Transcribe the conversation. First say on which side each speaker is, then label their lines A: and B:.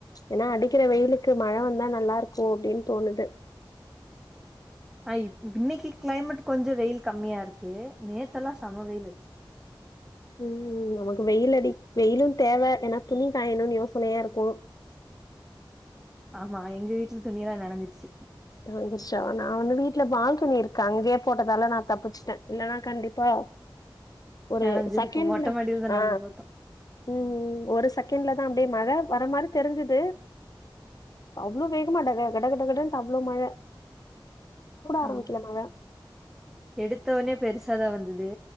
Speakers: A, on the left (about 45°); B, in the centre.
A: ஏன்னா அடிக்கற வெயிலுக்கு மழ வந்தா நல்லா இருக்கும் அப்டின்னு தோணுது
B: ஐ.. இன்னிக்கு கிளைமேட் கொஞ்சம் வெயில் கம்மியா இருக்கு நேத்தல்லாம் செம வெயில் அடிச்சு
A: ம் நமக்கு வெயில் அடி வெயிலும் தேவ ஏன்னா துணி காயணும்னு யோசனயா இருக்கும்
B: ஆமா எங்க வீட்ல துணில்லாம் நனஞ்சுச்சு
A: நெனச்ருச்சா நா வந்து வீட்டுல பால்கனி இருக்கு அங்கயே போட்டதால நா தப்பிச்சுட்டேன் இல்லன்னா கண்டிப்பா ஒரு
B: நனஞ்சிருக்கு
A: செகண்ட்ல
B: மொட்ட மாடிலதா
A: ஆ
B: நாங்க போட்டோ
A: ம் ம் ஒரு செகண்ட்ல அப்டியே மழ வர மாரி தெரிஞ்சுது அவ்ளவோ வேகமா ட கடகட அவ்ளோ மழ ஆரம்பிக்கல
B: ஆ
A: மழ
B: எடுத்தவனே பெருசாதா வந்தது